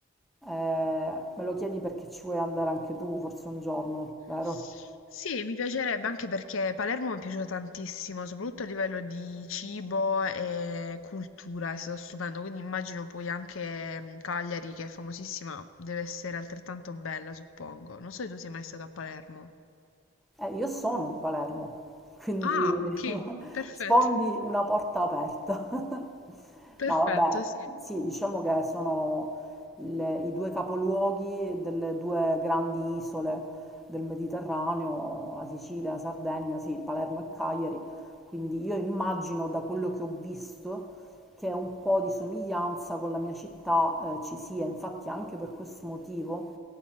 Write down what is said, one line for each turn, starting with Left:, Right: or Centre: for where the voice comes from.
Centre: Eh, me lo chiedi perché ci vuoi andare anche tu, forse un giorno, vero?
Left: Sì, mi piacerebbe anche perché Palermo mi è piaciuta tantissimo, soprattutto a livello di cibo e cultura, è stato stupendo, quindi immagino poi anche mm, Cagliari, che è famosissima, deve essere altrettanto bella, suppongo. Non so se tu sei mai stato a Palermo.
Centre: Eh, io sono di Palermo, quindi
Left: Ah, ok,
Centre: <laughs>
Left: perfetto,
Centre: sfondi una porta aperta. <laughs>
Left: perfetto,
Centre: No, vabbè,
Left: sì,
Centre: sì, diciamo che sono le- i due capoluoghi delle due grandi isole del Mediterraneo, la Sicilia, la Sardegna, sì, Palermo e Cagliari. Quindi io immagino da quello che ho visto che un po' di somiglianza con la mia città, eh, ci sia, infatti anche per questo motivo.